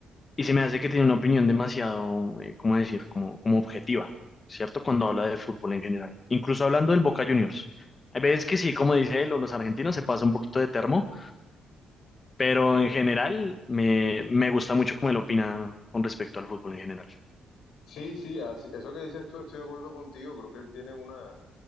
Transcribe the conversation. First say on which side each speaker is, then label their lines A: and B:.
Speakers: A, on the left; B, on the left.
A: y se me hace que tiene una opinión demasiado, eh, ¿cómo decir?, como, como objetiva, ¿cierto? Cuando habla de fútbol en general. Incluso hablando del Boca Juniors. Hay veces que sí, como dice él, o los argentinos se pasa un poquito de termo pero
B: Ujú.
A: en general me, me gusta mucho cómo él opina con respecto al fútbol en general.
B: Sí, sí, así- eso que dices tú, estoy de acuerdo contigo. Creo que él tiene una,